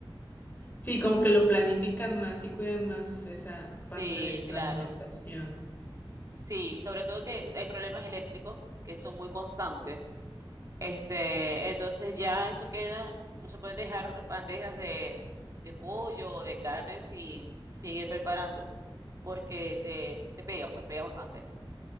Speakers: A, on the left; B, on the right.
A: Sí, como que lo planifican más y cuidan más esa parte
B: Sí,
A: de su
B: claro.
A: alimentación.
B: Sí, sobre todo que hay problemas eléctricos que son muy constantes. Este, entonces ya eso queda, no se pueden dejar bandejas de, de pollo o de carne sin, sin ir preparando, porque te, te pega, pues pega bastante,